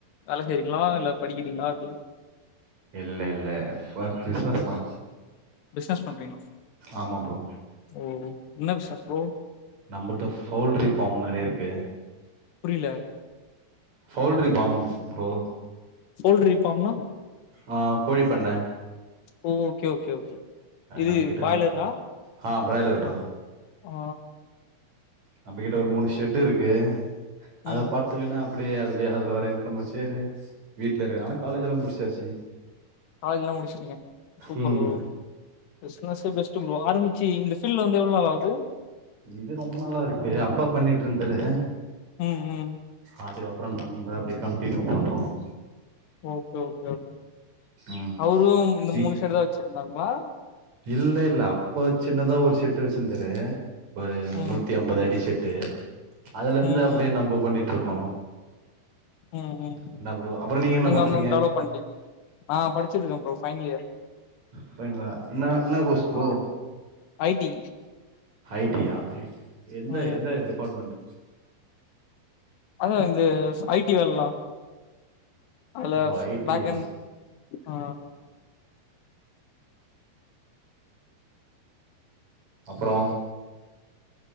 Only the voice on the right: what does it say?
இல்ல இல்ல ஃபார் பிஸ்னஸ் தா
ஆமா ப்ரோ
நம்மள்ட்ட ஃபோல்ட்ரி ஃபார்ம் நெறைய இருக்கு
poultry farm bro
ஆ கோழிப்பண்ண
நம்மகிட்ட
ஆ பிராய்லர் தா
நம்மகிட்ட ஒரு மூணு ஷெட் இருக்கு அத
பாத் துக்குனு அப்டியே அதுலயே அதுல வர இன்கம் வச்சேரு வீட்ல இருக்கே ஆனா காலேஜ் எல்லா முடிச்சாச்சு
ம்
இது ரொம்ப நாளா இருக்கு அப்பா பண்ணிட்டு ருந்தாரு
அதுக்கப்பறோ நம்ம அப்டியே கண்டினியூ பண்றோம்
ம்
நீ
இல்ல இல்ல அப்ப சின்னதா ஒரு ஷெட்டு வச்சிருந்தாரு ஒரு
நூத்தி அம்பது அடி ஷெட்டு அதுல இருந்து
அப்டியே
நம்ம பண்ணிட்டு ருக்கோ
என்ன ப்ரோ அப்பறோ நீங்க என்ன பண்றீங்க
ஃபைனல் ரா இன்னா இன்ன கோஸ் bro
I T யா எந்த
எந்த டிபார்ட்மெண்ட்
ஓ
ஐ டி
யா
அப்றோ